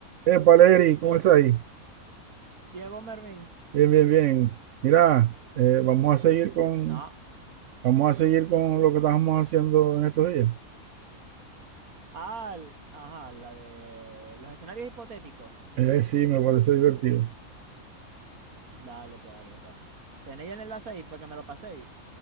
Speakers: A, on the right; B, on the right.
A: Eh, Valeri, ¿cómo
B: Eh,
A: está ahí?
B: Diego Mervin.
A: Bien, bien, bien. Mira, eh, vamos a seguir
B: vi-
A: con,
B: Ah,
A: vamos a seguir con lo que estábamos haciendo en estos días.
B: ah, el- ajá, la de los escenarios hipotéticos.
A: Eh, sí, me parece divertido.
B: Dale, pues, dale, pues. ¿Tenéis el enlace ahí para que me lo paséis?